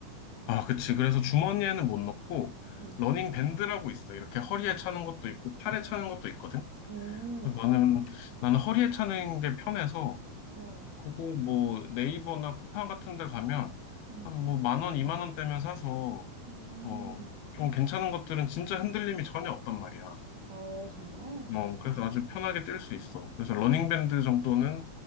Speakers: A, on the left; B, on the right.
A: 아, 그치. 그래서 주머니에는 못 넣고,
B: 응.
A: 러닝 밴드라고 있어. 이렇게 허리에
B: 아,
A: 차는 것도 있고, 팔에 차는 것도 있거든.
B: 음,
A: 그래서 나는, 나는 허리에 차는 게 편해서,
B: 어,
A: 그거 뭐 네이버나 쿠팡 같은 데 가면,
B: 음,
A: 한 뭐 만 원, 이만 원대면 사서,
B: 음,
A: 뭐, 좀 괜찮은 것들은 진짜 흔들림이 전혀 없단 말이야.
B: 어, 정말?
A: 어, 그래서 아주 편하게 뛸 수 있어. 그래서 러닝밴드 정도는